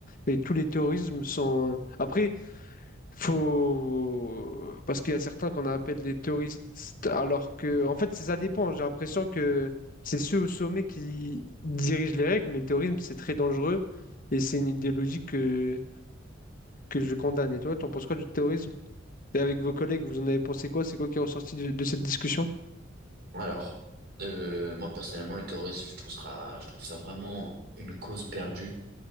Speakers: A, on the left (about 45°); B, on the right (about 55°).
A: Et tous les terrorismes sont... Après, faut... Parce qu'il y a certains qu'on appelle les terroristes, alors que, en fait, ça dépend. J'ai l'impression que c'est ceux au sommet qui dirigent les règles, mais le terrorisme, c'est très dangereux et c'est une idéologie que, que je condamne. Et toi, t'en penses quoi du terrorisme? Et avec vos collègues, vous en avez pensé quoi? C'est quoi qui est ressorti de, de cette discussion?
B: Alors, euh, moi personnellement, le terrorisme, je trouve ça, je trouve ça vraiment une cause perdue.